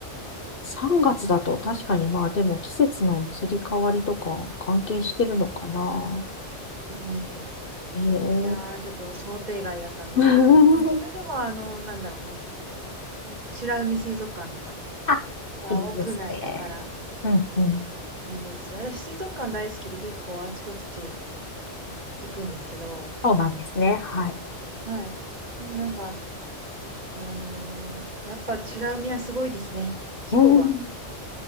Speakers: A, on the left; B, on the right.
A: 3月だと確かにまあでも季節の移り変わりとか関係してるのかな。
B: うん。い
A: ええ
B: やー、ちょっと想定外だったんですけど、
A: <laughs>
B: でもそれでもあの、なんだろうな、うん美ら海水族館とかね、
A: あ、
B: は屋内だから
A: いいですね。うんうん。
B: いいですよ。私水族館大好きで結構あちこち行くんですけど、
A: そうなんですね。はい。
B: はい。でもなんか、あのーやっぱチュラ海はすごいですね。規模が
A: うん。